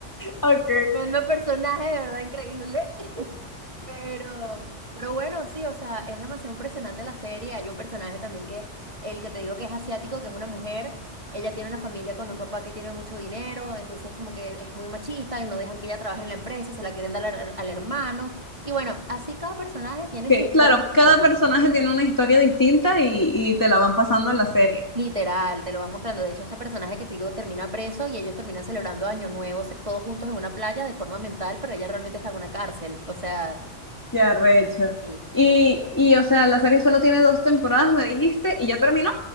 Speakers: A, on the left; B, on the right.
A: ok.
B: Tremendo personaje, de verdad increíble. <laughs> Pero, pero bueno, sí, o sea, es demasiado impresionante la serie. Hay un personaje también que, el que te digo que es asiático, que es una mujer, ella tiene una familia con un papá que tiene mucho dinero, entonces como que es muy machista y no dejan que ella trabaje en la empresa y se la quieren dar al, al hermano. Y bueno, así cada personaje tiene
A: Ok,
B: su historia
A: Claro,
B: personal.
A: cada personaje tiene una historia distinta y, y te la van pasando en la serie.
B: Literal, te lo va mostrando. De hecho, este personaje que te digo termina preso y ellos terminan celebrando Año Nuevo se- todos juntos en una playa de forma mental, pero ella realmente está en una cárcel. O sea...
A: Ya, recho.
B: Sí.
A: Y, y, o sea, la serie solo tiene dos temporadas, me dijiste, y ya terminó.